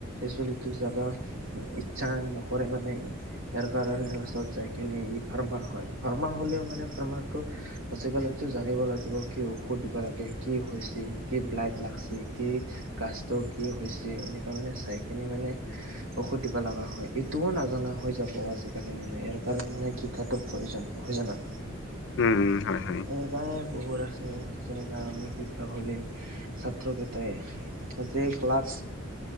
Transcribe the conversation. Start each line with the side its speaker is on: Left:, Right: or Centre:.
Right: চলিতটো যাবা ইচ্ছা নকৰে মান ইয়াৰ কাৰণে লাষ্টত যাই কিনে ই ফাৰ্মাৰ হয় ফাৰ্মাৰ হলেও মানে ফাৰ্মাৰটো আজিকালিতো জানিব লাগিব কি ঔষধ দিব লাগে, কি হৈচি, কি ব্লাড লাগচি, কি কাষ্ট টো কি হৈছে এনেকা মানে চাই কিনি মানে ঔষধ দিবা লগা হয়, এইটোও নাজানা হৈ যাব আজিকালি মানে ইয়াৰ কাৰণে মানে শিক্ষাটো প্ৰয়োজন নহয় জানো।
Left: উম হয় হয়
Right: অ'। প্ৰায় বহুত আছে যেনেকা আমি শিক্ষক হলি ছাত্ৰকেইটাই যে ক্লাছ